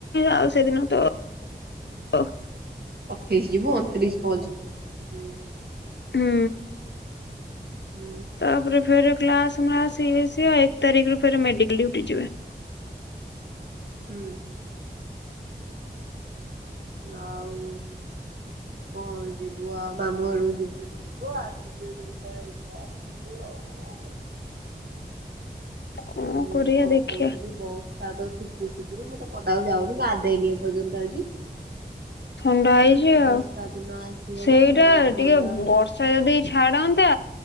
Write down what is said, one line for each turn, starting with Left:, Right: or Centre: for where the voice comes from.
Left: ଆଉ ସେଦିନ ତ <unintelligible>
Right: ଅଠେଇଶି ଯିବୁ ଅଣତିରିଶ ପହଞ୍ଚିବୁ। ହୁଁ
Left: ହୁଁ
Right: ହୁଁ
Left: ତାପରେ ଫେରେ କ୍ଲାସ୍ ମ୍ଲାସ ଇଏ ସିଏ ଏକ ତାରିଖ ରୁ ଫେରେ ମେଡିକାଲ ଡୁଟି ଯିବେ।
Right: ହୁଁ। ଆଉ କଣ ଯିବୁ ଆଉ ମାମୁଁ ଘରକୁ ଯିବୁ। ଯିବୁ ଆସିବୁ ଯେତେବେଳେ ଏଡେ ଆସିଥିବୁ ଆଉ ହଁ କରିବୁ।
Left: କଣ
Right: ଏ
Left: କରିବା
Right: କଣ
Left: ଦେଖିବା
Right: କହୁଥିଲି ବସ୍ ତା ତ ଠୁପୁର ଟୁପୁରୁ ମୁଁ ତ ପଦାକୁ ଯାଉନି ଗାଧେଇନି ଏ ପର୍ଯ୍ୟନ୍ତ ଆଜି।
Left: ଥଣ୍ଡା ହେଇଛି ଆଉ।
Right: ବର୍ଷା ଦିନ ଆସିଗଲା
Left: ସେଇଟା
Right: ଆଉ ଥଣ୍ଡା
Left: ଟିକେ ବର୍
Right: ହୁଁ
Left: ବର୍ଷା ଯଦି ଛାଡନ୍ତା